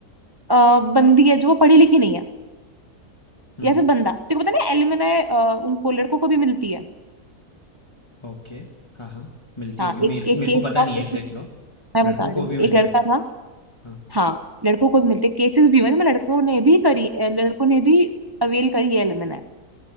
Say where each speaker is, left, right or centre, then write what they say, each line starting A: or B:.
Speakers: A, on the right; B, on the left.
A: अ, बंदी है जो वो पढ़ी लिखी नहीं है
B: हम्म।
A: या फिर बंदा तेरे को पता ना एलुमनाय उनको लड़कों को भी मिलती है
B: ओके, हाँ, हाँ, मिलती
A: हाँ
B: होगी
A: एक
B: मेरे
A: एक
B: मेरे
A: केस
B: को पता
A: था
B: नहीं है
A: उस
B: एग्ज़ैक्ट लॉ,
A: मैं
B: लड़कों
A: बता रही
B: को
A: हूँ
B: भी मिलती
A: एक लड़का
B: है।
A: था
B: हाँ,
A: हाँ लड़कों को भी मिलते केसेस भी हुए हैं, मतलब लड़कों ने भी करी अ, लड़कों ने भी अवेल करी है एलुमनाय